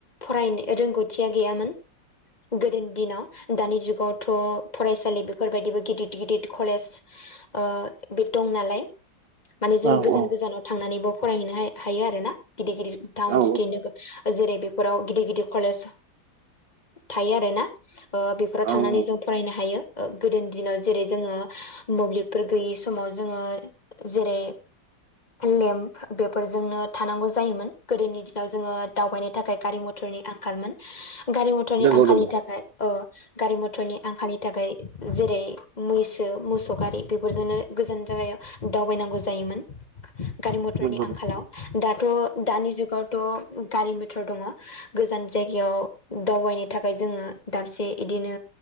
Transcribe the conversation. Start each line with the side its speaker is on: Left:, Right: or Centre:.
Left: फरायनो रोंगौथिया गैयामोन। गोदोनि दिनाव‌ दानि जुगावथ' फरायसालि बिफोरबायदिबो गिदिद गिदिद कलेज ओ बे दं नालाय माने
Right: औ
Left: जों गोजान
Right: औ
Left: गोजानाव थांनानैबो फरायहैनो हायो आरो ना गिदिर गिदिर टाउन
Right: औ
Left: सिटि नोगो जेरै बेफोराव गिदिर गिदिर कलेज थायो आरो ना। ओ बेफोरो
Right: औ
Left: थांनानै
Right: औ
Left: जों फरायनो हायो गोदोनि दिनाव जेरै जोङो मोब्लिबफोर गैयि समाव जोङो जेरै लेम्प बेफोरजोंनो थानांगौ जायोमोन गोदोनि दिनाव जोङो दावबायनो थाखाय गारि मथरनि आंखालमोन गारि मथरनि
Right: नंगौ
Left: आंखालनि
Right: नंगौ
Left: थाखाय अ गारि मथरनि आंखालनि थाखाय जेरै मैसो मोसौ गारि बेफोरजोंनो गोजान जायगायाव दावबायनांगौ जायोमोन‌। गारि मथरनि
Right: नंगौ
Left: आंखालाव दाथ' दानि जुगावथ' गारि मथर दङ गोजान जायगायाव दावबायनो थाखाय जोङो दाबसे इदिनो